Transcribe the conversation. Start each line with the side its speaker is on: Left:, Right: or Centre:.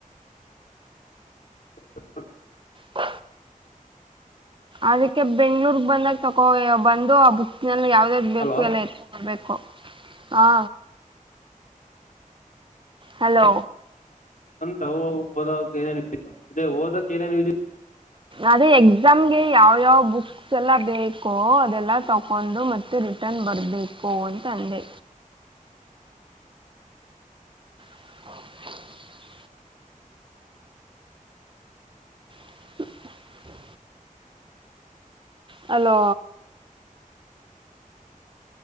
Left: ಅನಿಂಟೆಲಿಜಬಲ್
Right: ಟ್ರ ಅದಕ್ಕೆ ಬೆಂಗ್ಳೂರ್ಗ್ ಬಂದಾಗ ತಕೋ ಬಂದು ಅ ಬುಕ್ ದ್ ಯಾವ್ದ ಯಾವ್ದು ಬೇಕು
Left: ಹಲೋ
Right: ಎಲ್ಲ ಎತ್ತೊಳ್ಬೇಕು ಹ ಹಲೋ
Left: ತವು ಓದ ತಯಾರಿ ಅದೇ ಓದಕ್ ಏನೇನು ಇ
Right: ಅದೇ ಎಕ್ಸಾಮ್ಗೆ ಯಾವ ಯಾವ ಬುಕ್ಸ್ ಎಲ್ಲ ಬೇಕೋ ಅದೆಲ್ಲ ತಕೊಂಡು ಮತ್ತೆ ರಿಟರ್ನ್ ಬರ್ಬೇಕು ಅಂತ ಅಂದೆ ಅನಿಂಟೆಲಿಜಬಲ್ ಅನಿಂಟೆಲಿಜಬಲ್ ಹಲೋ